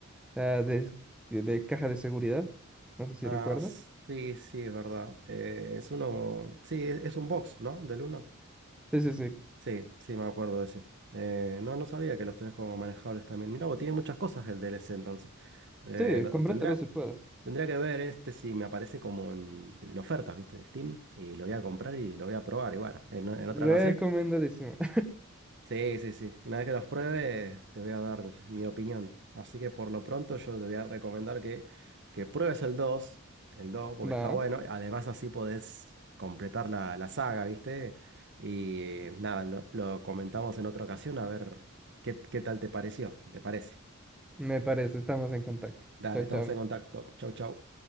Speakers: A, in the centre; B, on the right (about 55°).
A: ah, de, de- de caja de seguridad, no sé si
B: Ah,
A: recuerdas.
B: sí, sí, es verdad. Eh, es uno. Sí, es, es un box, ¿no? Del uno.
A: Sí, sí, sí,
B: Sí, sí, me acuerdo de ese. Eh, no, no sabía que los tenés como manejables también. Mirá, vos tiene muchas cosas el DLC entonces. Eh,
A: sí,
B: lo-
A: cómpratelo
B: tendría,
A: si puedes.
B: tendría que ver este si me aparece como en, en ofertas, ¿viste? De Steam. Y lo voy a comprar y lo voy a probar. Y bueno, en, en otra
A: Recomendadísimo.
B: ocasión.
A: <laughs>
B: Sí, sí, sí. Una vez que los pruebe, te voy a dar mi opinión. Así que por lo pronto yo te voy a recomendar que, que pruebes el dos, el 2, porque
A: Va,
B: está bueno. Además así podés completar la, la saga, ¿viste? Y eh, nada, lo, lo comentamos en otra ocasión a ver qué, qué tal te pareció, si te parece.
A: me parece, estamos en contacto.
B: Dale,
A: Chao,
B: estamos
A: chao.
B: en contacto. Chau, chau.